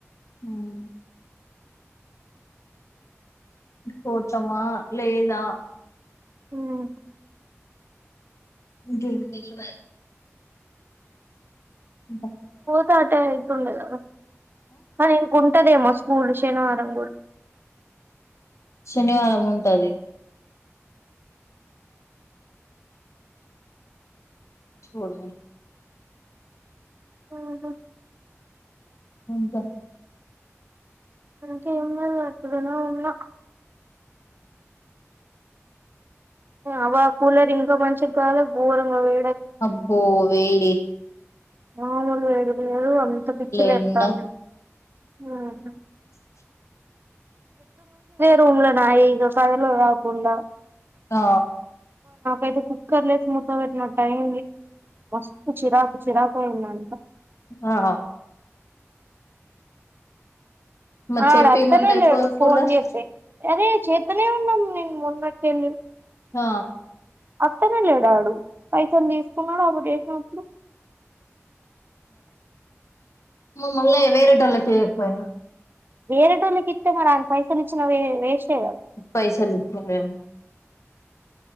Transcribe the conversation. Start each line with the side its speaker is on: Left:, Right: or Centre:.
Left: హమ్ కూర్చమా లేదా
Right: హ్మ్మ్
Left: జ బల్ <unintelligible> బా
Right: చటేయితు ఉండల మ ఉంటదేమో స్కూల్ శనివారం కూడా
Left: శనివారం ఉంటది చోడ
Right: హమ్
Left: అంటా
Right: అకా ఏ అతుదన్నా ఉన్నా అవ కూలర్ ఇంకా మంచిది కాాల ోరంగా వే
Left: అబ్బో వెేళ
Right: మామూలు లేదు అంత పిచ్చి లేస్తుంది
Left: ఎండ
Right: హ్మ్మ్
Left: వై <inaudible>
Right: రూమ్ నా ఇ కదలు రాకుడా
Left: ఆ
Right: ైతే కుక్కర్లే స్ మూత్ పెట్టినట్ టైంది మస్తు చిరాకు చిరాకుయింద అంత
Left: ఆ మరి
Right: అడు
Left: చెప్పిమంటే
Right: అత్తనే
Left: అయిపోవు
Right: లేడు
Left: కూలర్
Right: ఫోన్ చేస్తే చేత్తనే ఉన్నాను నేను మొన్నటి నుండీ
Left: అ
Right: అతనే లేడాడు పైసల్ తీసుకున్నాడు ఆపుడు చేసినప్పుడు
Left: మళ్ళ వేరటళ్ళకీయకపోయిండ్రు
Right: వేరెటోళ్ళ కి చ్చినాడంట పైసాలిచ్చి నావే మేష <unintelligible>
Left: పైసలుకు మేమ్